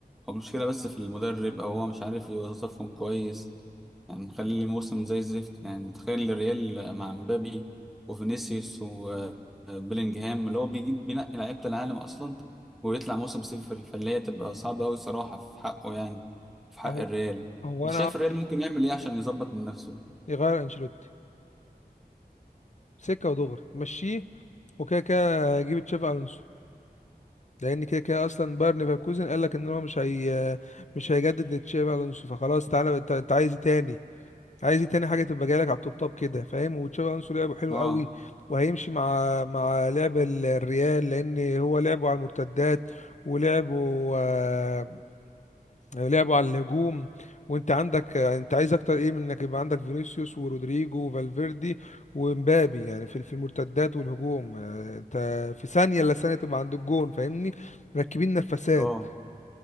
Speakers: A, in the centre; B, on the left (about 45°).
A: هو المشكلة بس في المدرب او هو مش عارف يوظفهم كويس هنخلي الموسم زي الزفت يعني تخيل الريال مع مبابي وفينيسيوس وبيلينجهام اللي هو بيجيب بينقي لعيبة العالم أصلا ويطلع موسم صفري فاللي هي تبقى صعبة أوي صراحة في حقه يعني في حق
B: اهو
A: الريال
B: هو
A: أنت
B: انا
A: شايف الريال ممكن يعمل إيه عشان يظبط من نفسه؟
B: يغير انشيلوتي سكة ودغري مشيه وكده كده هيجيب تشافي الونسو لان كده كده اصلا باير ليفركوزن قال لك ان هو مش هي مش هيجدد لتشابي الونسو فخلاص تعالى بقى- انت انت عايز ايه تاني عايز ايه تاني حاجه تبقى جايه لك على التوب توب كده فاهم وتشابي الونسو لعبه حلو
A: أه
B: قوي وهيمشي مع مع لعب ال- الريال لان هو لعبه على المرتدات ولعبه آه، لعبوا على الهجوم وانت عندك انت عايز اكتر ايه من انك يبقى عندك فينيسيوس ورودريجو وفالفيردي ومبابي يعني في في المرتدات والهجوم آه، انت في ثانيه الا ثانيه تبقى عند الجون فاهمني مركبين نفسات
A: أه